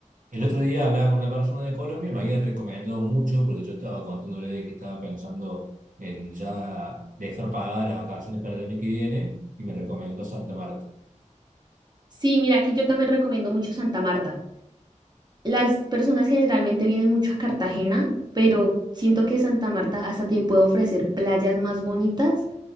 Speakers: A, on the right (about 85°); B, on the right (about 30°).
A: El otro día hablaba con una persona de Colombia y me había recomendado mucho porque yo estaba contándole de que estaba pensando en ya dejar pagadas las vacaciones para el año que viene y me recomendó Santa Marta.
B: Sí, mira que yo también recomiendo mucho Santa Marta. Las personas generalmente vienen mucho a Cartagena, pero siento que Santa Marta hasta te puede ofrecer playas más bonitas